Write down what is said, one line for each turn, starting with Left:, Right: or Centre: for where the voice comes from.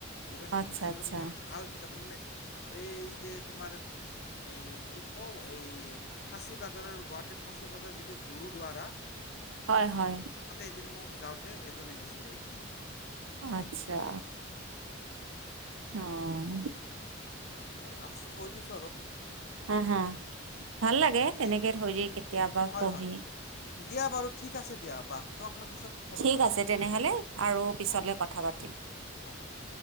Left: এইখনদ
Right: আচ্ছা, আচ্ছা,
Left: মই ভাল কিতাপ মানে এই যে তোমাৰ এই কি কও এই ফাচী বাজাৰৰ গুৱাহাটীৰ ফাচী বাজাৰৰ যিটো গুৰু দ্বাৰা
Right: হয়- হয়।
Left: এদিন মোক যাওতে এজনে দিছিলে এইখন কিতাপ
Right: আচ্ছা। অ',
Left: এনেকে আ থৈ দিছো।
Right: হা - হা ভাল লাগে তেনেকে
Left: দি
Right: থৈ দি কেতিয়াবা
Left: হয়
Right: পঢ়ি
Left: হয় দিয়া বাৰু ঠিক আছে দিয়া বাাহ তাক মই পিছত ফোন
Right: ঠিক
Left: কৰিম
Right: আছে
Left: দিয়া
Right: তেনেহলে আৰু
Left: অহ
Right: পিছলে কথা পাতিম।
Left: হ'ব হ'ব